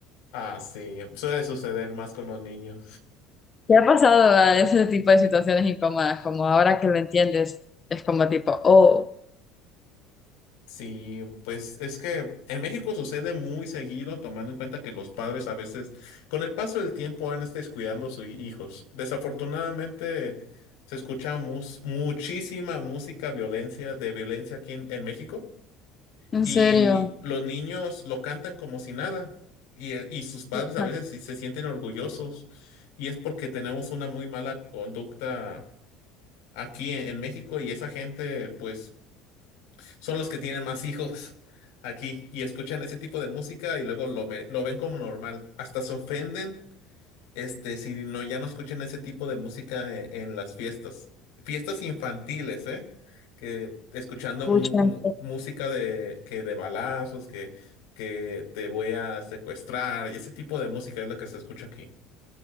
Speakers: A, on the left; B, on the left.
A: Ah, sí, suele suceder más con los niños.
B: ¿Te ha pasado a ese tipo de situaciones incómodas, como ahora que lo entiendes, es como tipo, oh.
A: Sí, pues es que en México sucede muy seguido, tomando en cuenta que los padres a veces, con el paso del tiempo, van descuidando a sus hijos. Desafortunadamente, se escucha mus- muchísima música violencia, de violencia aquí en, en México,
B: En
A: y
B: serio.
A: los niños lo cantan como si nada, y, eh, y sus padres
B: Hija,
A: a veces sí se sienten orgullosos, y es porque tenemos una muy mala conducta aquí en en México, y esa gente, pues son los que tienen más hijos aquí y escuchan ese tipo de música y luego lo, ve- lo ven como normal. Hasta se ofenden, este, si no, ya no escuchan ese tipo de música e- en, las fiestas. Fiestas infantiles, ¿eh? Que escuchando
B: Pucha.
A: mu- mu- música de, que de balazos, que, que te voy a secuestrar, y ese tipo de música es lo que se escucha aquí.